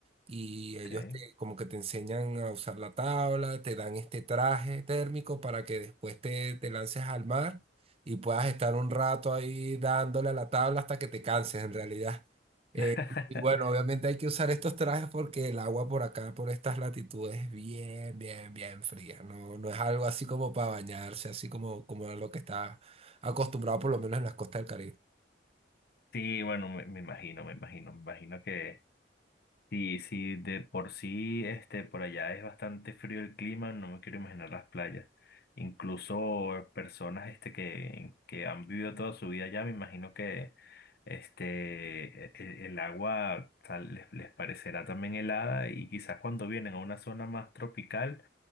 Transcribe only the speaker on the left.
¿ok?
<laughs>
Sí, bueno, me, me imagino, me imagino, me imagino que Sí, sí, de por sí, este, por allá es bastante frío el clima, no me quiero imaginar las playas. Incluso personas, este, que, que han vivido toda su vida allá, me imagino que, este, el, el agua tal, les, les parecerá también helada y quizás cuando vienen a una zona más tropical,